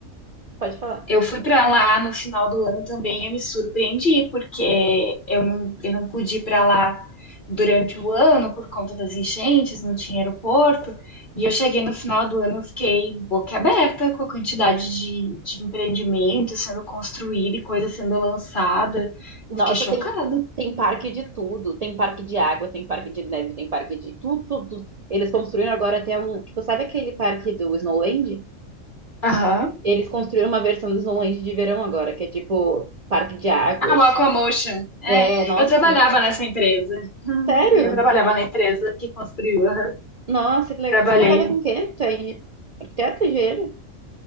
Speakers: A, on the right (about 65°); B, on the left (about 35°).
A: Pode falar.
B: Eu fui para lá no final do ano também, eu me surpreendi, porque eu não, eu não pude ir para lá durante o ano por conta das enchentes, não tinha aeroporto. E eu cheguei no final do ano, eu fiquei boca aberta com a quantidade de, de empreendimento sendo construído e coisa sendo lançada.
A: Nossa,
B: Fiquei chocada.
A: tem, tem parque de tudo. Tem parque de água, tem parque de neve, tem parque de tudo, tudo, tudo. Eles construíram agora até um. Tipo, sabe aquele parque do Snowland?
B: Aham.
A: Eles construíram uma versão do Snowland de verão agora, que é tipo parque de águas.
B: Ah, o Aquamotion. É,
A: É, nossa.
B: eu trabalhava nessa empresa. <laughs> Hum,
A: Sério?
B: Eu trabalhava na empresa que construiu. aham.
A: Nossa, que legal.
B: Trabalhei
A: Você trabalha com o quê? Tu é arquiteto, engenheiro?